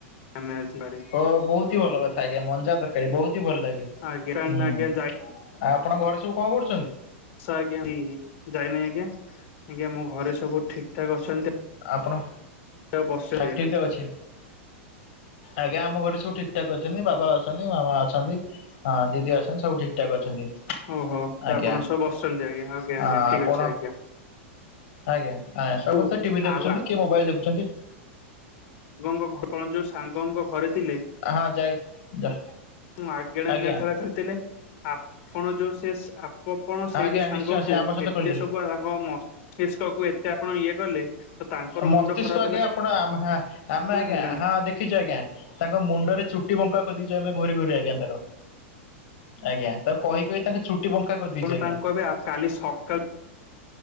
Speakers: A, on the left; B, on the left.
A: ଆମେ ଆଜି ବାରି
B: ଓ ବହୁତ ହି ଭଲ କଥା ଆଜ୍ଞା ମଞ୍ଜା ତରକାରୀ ବହୁତ ହି ଭଲ ଲାଗେ
A: ଆଜ୍ଞା
B: ହୁଁ। ଆଉ
A: ଆଜ୍ଞା
B: ଆପଣ ଘରେ ସବୁ କଣ କ
A: ସ ଆଜ୍ଞା ଯାଇନାହିଁ ଆଜ୍ଞା ଆଜ୍ଞା ମୋ ଘରେ ସବୁ ଠିକ୍ ଠାକ୍ ଅଛନ୍ତି
B: ଆପଣ
A: ଆଉ ବସିଛନ୍ତି
B: ଠାକ୍
A: ଏବେ
B: ଠିକରେ ଅଛି ଆଜ୍ଞା ଆମ ଘରେ ସବୁ ଠିକ୍ ଠାକ୍ ଅଛନ୍ତି ବାବା ଅଛନ୍ତି ମାମା ଅଛନ୍ତି ଆ ଦିଦି ଅଛନ୍ତି ସବୁ ଠିକ୍ ଠାକ୍ ଅଛନ୍ତି।
A: ଓ ହୋ
B: ଆଜ୍ଞା
A: ତ ଆପଣ ସବୁ ବସିଛନ୍ତି ଆଜ୍ଞା ଆଜ୍ଞା
B: ହଁ
A: ଆଜ୍ଞା ଠିକ୍
B: ଆପଣ
A: ଅଛି ଆଜ୍ଞା।
B: ଆଜ୍ଞା ଆ୍ ସବୁ
A: ଓ
B: ତ ଟିଭି ଦେଖୁଛନ୍ତି
A: ଆଉ
B: କିଏ ମୋବାଇଲ୍ ଦେଖୁଛନ୍ତି।
A: ଆପଣଙ୍କ ଘର ପାଖରେ ଯୋଉ ସାଙ୍ଗଙ୍କ ଘରେ ଥିଲେ
B: ହଁ ଯାଇ ଯା
A: ମାଗାଣାନୀୟ
B: ଆଜ୍ଞା
A: ଖେଳ ଖେଳିଥିଲେ ଆପ ପଣ ଯୋଉ ସେ ଆପ ପଣ ସେଇ
B: ଆଜ୍ଞା
A: ଯୋଉ ସାଙ୍ଗ
B: ନିଶ୍ଚୟ ସେ
A: କୁ
B: ଆମ ସହିତ
A: ଏତେ
B: ଖେଳୁଥିଲେ।
A: ସବୁ ତାଙ୍କ ମସ୍ତିଷ୍କ କୁ ଏତେ ଆପଣ ଇଏ କଲେ ତ ତାଙ୍କର
B: ମସ୍ତିଷ୍କ
A: ମୁଣ୍ଡ ଖରାପ
B: ଆଜ୍ଞା
A: ହେଲା
B: ଆପଣ ଆ-ଆମେ ଆଜ୍ଞା
A: ହେଲାନି
B: ହଁ ଦେଖିଛୁ ଆଜ୍ଞା ତାଙ୍କ ମୁଣ୍ଡ ଚୁଟି ବଙ୍କା କରିଦେଇଚୁ ଆମେ ଘୋରି ଘୋରି ଆଜ୍ଞା ତାର ଆଜ୍ଞା ତାକୁ କହି କହି ତାଙ୍କ ଚୁ ଚୁଟି ବଙ୍କା କରିଦେଇଚି
A: ଆପଣ
B: ଆଜ୍ଞା।
A: ତାଙ୍କୁ ଏବେ କାଲି ସକାଳୁ